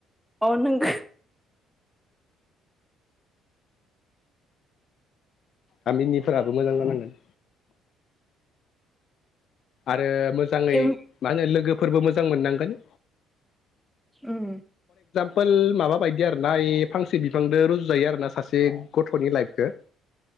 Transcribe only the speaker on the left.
गामिनिफोराबो मोजां जानांगोन। आरो मोजाङै
मा होनो लोगोफोरबो मोजां मोननांगोन।
ओ माबा बायदि आरोना फांसे बिफांजों रुजुजायो आरोना सासे गथ'नि लाइफखौ।